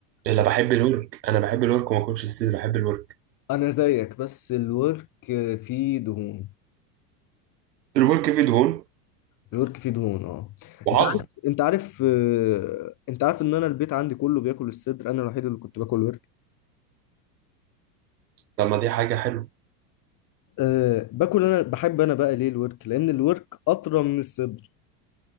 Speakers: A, on the right; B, on the left.
A: الا
B: هت-
A: بحب الورك انا بحب الورك وما اكلش الصدر بحب الورك
B: انا زيك بس الورك فيه دهون
A: الورك فيه دهون
B: الورك فيه دهون اه
A: وعض
B: انت عارف انت عارف آه، انت عارف ان انا البيت عندي كله بياكل الصدر انا الوحيد اللي كنت باكل ورك
A: طب ما دي حاجه حلوه
B: أه باكل انا بحب انا بقى ليه الورك لان الورك اطرى من الصدر